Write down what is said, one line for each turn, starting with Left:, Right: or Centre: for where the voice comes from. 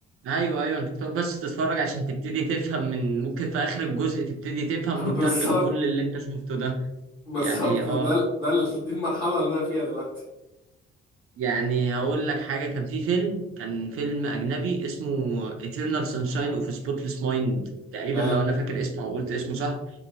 Right: ايوه ايوه انت بتقعد بس تتفرج عشان تبتدي تفهم من ممكن في اخر الجزء تبتدي تفهم
Left: <laughs> بالظبط
Right: وتترجم كل اللي انت شفته ده
Left: بالظبط
Right: يعني اه
Left: ده ال- ده ال- دي المرحله اللي انا فيها دلوقتي
Right: يعني هقول لك حاجة كان في فيلم كان فيلم أجنبي اسمه Eternal Sunshine of a Spotless Mind تقريبا
Left: اه
Right: لو أنا فاكر اسمه أو قلت اسمه صح